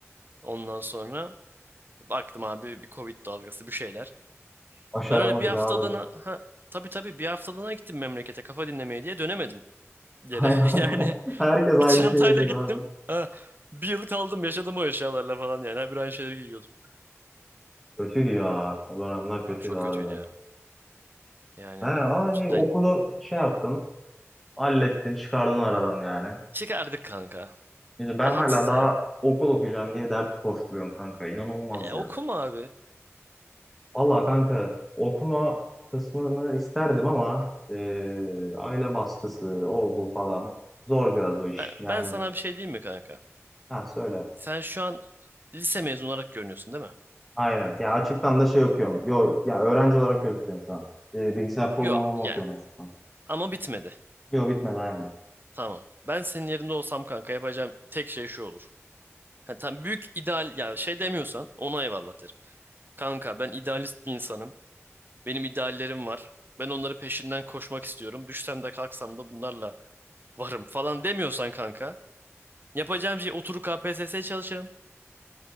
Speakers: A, on the right; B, in the centre.
A: Ondan sonra baktım abi bir Covid dalgası bir şeyler.
B: Başaramadık
A: Ben öyle bir haftalığına
B: abi. <laughs>
A: ha, tabii tabii bir haftalığına gittim memlekete kafa dinlemeye diye dönemedim geri.
B: Aynen.
A: <laughs> Yani
B: Herkes
A: Bir
B: aynı
A: çantayla
B: şeyi yaşadı
A: gittim.
B: abi.
A: Ha, bir yıl kaldım yaşadım o eşyalarla falan yani. Her bir aynı şeyleri giyiyordum.
B: Kötüydü ya. O dönemler kötüydü
A: Abi çok
B: harbiden.
A: kötüydü ya. Yani
B: He, hani
A: cidden
B: okulu şey yaptın. Hallettin, çıkardın aradan yani.
A: çıkardık kanka.
B: Şimdi ben
A: Rahatsız
B: hala daha
A: ya.
B: okul okuyacağım diye dert koşturuyorum kanka. İnanılmaz
A: E,
B: ya.
A: okuma abi.
B: Valla kanka okuma kısmını isterdim ama e, aile baskısı, o bu falan. Zor biraz o iş.
A: Ben,
B: Yani
A: ben sana bir şey diyeyim mi kanka?
B: ha söyle.
A: Sen şu an lise mezunu olarak görünüyorsun değil mi?
B: Aynen. Ya açıktan da şey okuyorum. Yo, ya öğrenci olarak gözüküyorum şu an. E, bilgisayar programlama
A: Yok
B: okuyorum
A: yani
B: açıktan.
A: ama bitmedi.
B: Yo bitmedi aynen.
A: Tamam. Ben senin yerinde olsam kanka yapacağım tek şey şu olur. Ha, tam büyük ideal ya şey demiyorsan ona eyvallah derim. Kanka ben idealist bir insanım. Benim ideallerim var. Ben onları peşinden koşmak istiyorum. Düşsem de kalksam da bunlarla varım falan demiyorsan kanka. Yapacağım şey oturup KPSS'ye çalışırım.